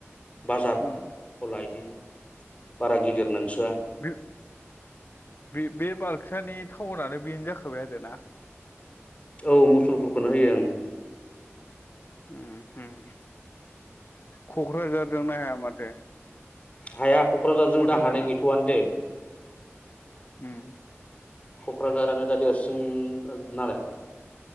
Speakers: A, on the left (about 30°); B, on the left (about 50°).
A: बाजार
B: उम
A: खौ गला इदि बारा गिदिर नांसग
B: <inaudible> बे बे बाक्सानि टाउनानो बेनो जाखाबाय आरोना।
A: औ मुसलफोरखौनो होयो आं।
B: ओम होम। क'क्राझारजोंनो हाया माथो।
A: हाया क'क्राझारजों दा
B: बड'लेण्डआ
A: हानाय गैथ'आनो दे।
B: ओम।
A: क'क्राझारानो दा देरसिन नालाय।